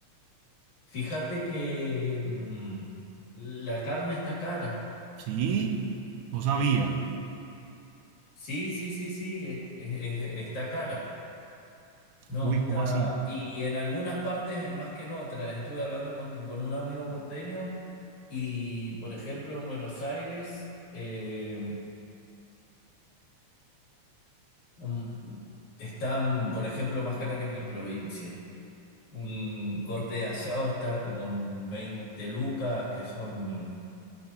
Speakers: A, on the left (about 70°); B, on the right (about 80°).
A: fíjate que mm, la carne está cara.
B: sí, no sabía.
A: Sí, sí, sí, sí, es- es- es- está cara. No,
B: Uy,
A: está.
B: ¿cómo así?
A: Y en algunas partes, más que en otras, estuve hablando con, con un amigo porteño y, por ejemplo, en Buenos Aires eh, un- está, por ejemplo, más cara que en mi provincia. Un corte de asado está como en 20 lucas, que son